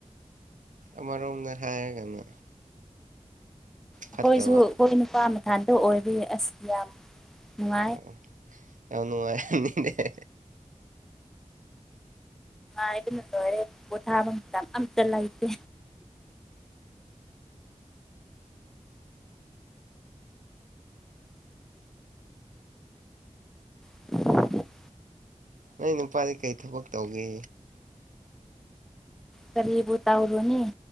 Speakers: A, on the right; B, in the centre.
A: ꯑꯃꯔꯣꯝꯗ ꯍꯥꯏꯔꯒꯅ
B: ꯑꯩꯈꯣꯏꯁꯨ
A: ꯐꯠꯇꯕ
B: ꯑꯩꯈꯣꯏ ꯅꯨꯄꯥ ꯃꯊꯥꯟꯇ ꯑꯣꯏꯕꯒꯤ ꯑꯁ ꯌꯥꯝ ꯅꯨꯡꯉꯥꯏ
A: ꯑꯣ ꯌꯥꯝ ꯅꯨꯡꯉꯥꯏꯅꯤꯅ‌ꯦ
B: ꯅꯨꯡꯉꯥꯏꯕꯅ ꯂꯣꯏꯔꯦ ꯄꯣꯊꯥꯕ ꯃꯇꯝ ꯑꯝꯇ ꯂꯩꯇꯦ <unintelligible>
A: ꯅꯪ ꯅꯨꯄꯥꯗꯤ ꯀꯩ ꯊꯕꯛ ꯇꯧꯒꯦ꯫
B: ꯀꯔꯤꯕꯨ ꯇꯧꯔꯨꯅꯤ